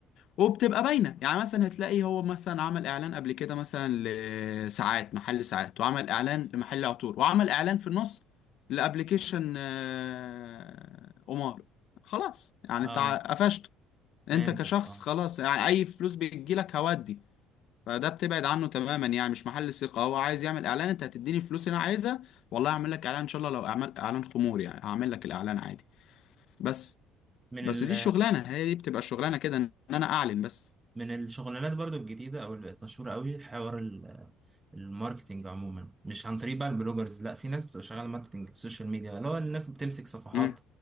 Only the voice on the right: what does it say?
اه
فهمتك
اه
من
ال
من الشغلانات برضو الجديدة أو اللي بقت مشهورة قوي حوار ال- الماركتينج عموما مش عن طريق بقى البلوجرز لا في ناس بتبقى شغالة ماركتينج في السوشيال ميديا اللي هو الناس بتمسك صفحات